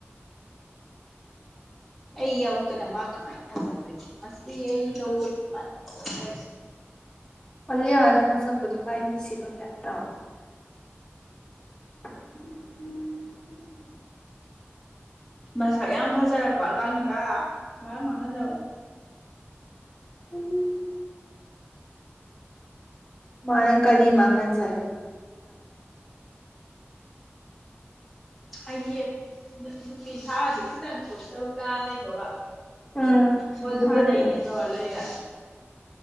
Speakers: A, in the centre; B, on the left.
A: ꯑꯩ ꯌꯥꯧꯗꯅ ꯃꯥ ꯀꯃꯥꯏꯅ ꯐꯖꯗꯣꯏꯅꯣ ꯃꯁꯤ ꯑꯩ ꯂꯧꯧꯕꯅꯤ ꯃꯥꯅ ꯐꯖꯔꯤꯁꯦ
B: ꯑꯂꯦ ꯅ ꯁ ꯑꯗꯨ ꯀꯥꯁꯤꯕꯗꯇꯣ ꯎ ꯎ
A: ꯃꯁꯛ ꯌꯥꯝ ꯐꯖꯔꯛꯄ ꯑꯉꯥꯡꯁꯤꯡ ꯃꯥ ꯃꯉꯖꯕ
B: ꯎꯝ ꯃꯥ ꯀꯔꯤ ꯃꯉ ꯖ
A: ꯍꯥꯏꯗꯤ ꯅꯨꯄꯤ ꯁꯥꯥꯁꯦ ꯈꯤꯇꯪꯁꯨ ꯇꯔꯨ ꯇꯔꯥ ꯂꯩꯗꯧꯕ
B: ꯎꯝ
A: ꯕꫭꯜ
B: ꯑꯗꯨꯕꯨꯗꯤ
A: ꯁꯥ ꯅꯩꯅꯦ ꯇ ꯂꯩ ꯂꯩꯔ